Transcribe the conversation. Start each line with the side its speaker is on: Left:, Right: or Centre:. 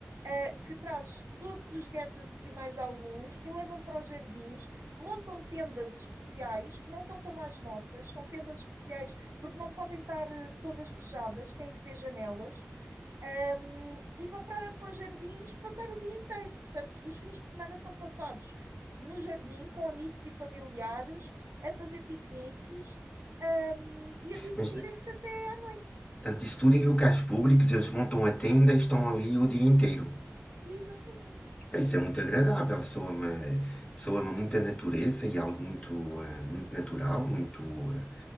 Right: uh, que traz todos os gadgets e mais alguns, e levam para os jardins, montam tendas especiais, que não são como as nossas, são tendas especiais porque não podem estar eh, todas fechadas, têm que ter janelas, um, e vão para, para os jardins passar o dia inteiro. Portanto, os fins de semana são passados no jardim com amigos e familiares, a fazer piqueniques um, e a divertirem-se
Left: Mas,
Right: até à noite.
Left: tanto isso tudo em locais públicos, eles montam a tenda e estão ali o dia inteiro.
Right: Exatamente.
Left: É, Isso é muito agradável, soa-me soa muita natureza e algo muito, eh, muito natural, muito, eh,